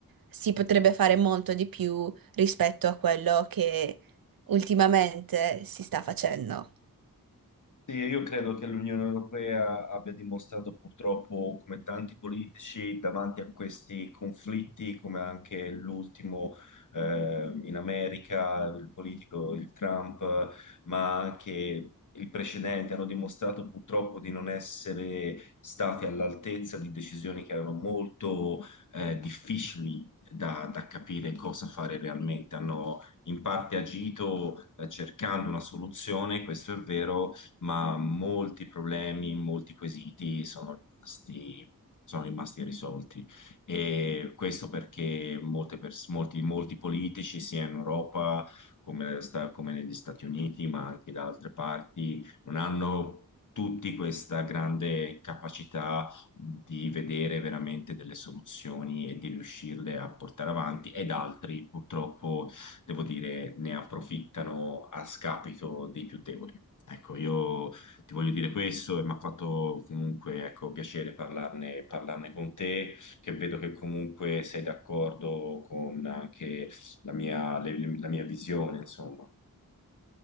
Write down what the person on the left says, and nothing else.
Sì, io credo che l'Unione Europea abbia dimostrato purtroppo, come tanti politici, davanti a questi conflitti, come anche l'ultimo eh, in America, il politico, il Trump, ma anche il precedente, hanno dimostrato purtroppo di non essere stati all'altezza di decisioni che erano molto eh, difficili da, da capire cosa fare realmente. Hanno in parte agito eh, cercando una soluzione, questo è vero ma molti problemi, molti quesiti sono rimasti, sono rimasti irrisolti. E questo perché molte pers- molti, molti politici, sia in Europa come, sta- come negli Stati Uniti, ma anche da altre parti, non hanno tutti questa grande capacità di vedere veramente delle soluzioni e di riuscirle a portare avanti, ed altri purtroppo, devo dire, ne approfittano a scapito dei più deboli. Ecco, io ti voglio dire questo e mi ha fatto comunque, ecco, piacere parlarne, parlarne con te, che vedo che comunque sei d'accordo con anche la mia, le- le- la mia visione, insomma.